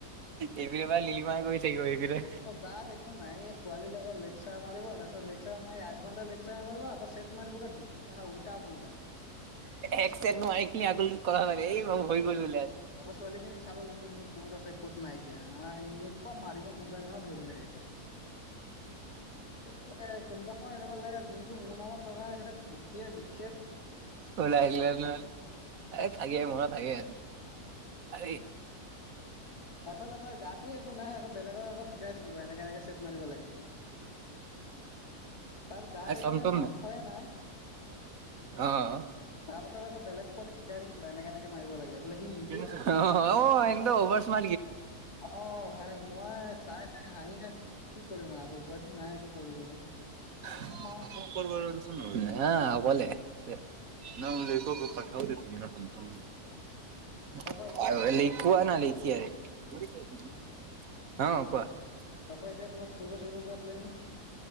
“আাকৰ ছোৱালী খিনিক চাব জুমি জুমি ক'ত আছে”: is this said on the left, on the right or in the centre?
Left